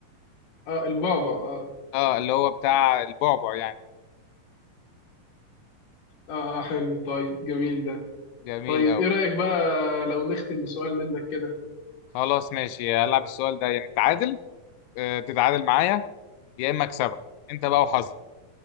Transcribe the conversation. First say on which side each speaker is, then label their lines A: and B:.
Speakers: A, on the left; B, on the left.
A: اه البابا اه
B: أه اللي هو بتاع البعبع يعني
A: اه آه، حلو طيب جميل ده
B: جميل
A: طيب
B: أوي
A: ايه رأيك بقى لو نختم بسؤال منك كده
B: خلاص ماشي هلعب السؤال ده يعني تعادل آه، تتعادل معايا يا إما أكسبك أنت بقى وحظك